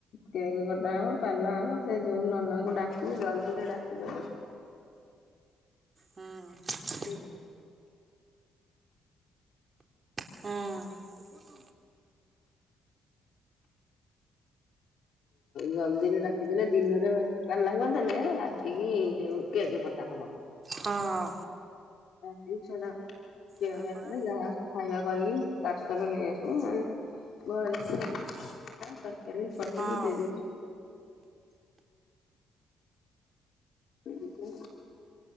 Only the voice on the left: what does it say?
କେକ୍ କଟା ହବା ପାଲା ହବ ସେ ଯୋଉ ନନାଙ୍କୁ ଡାକିବି ଜଲଦିରେ ଡାକିଦବୁ
ହୁଁ
ଜଲ୍ଦିରେ ଡାକିଦେଲେ ଦିନରେ ପାଲା କରିଦେଲେ ରାତିକି ଯେଉଁ କେକ କଟା ହବ।
<unintelligible> ଖାଇବା
କରିକି ପାର୍ସଲ ନେଇ ଆସିବୁ ମେ <unintelligible> ତରକାରୀ ପି
ଦେଇଦବ ହୁ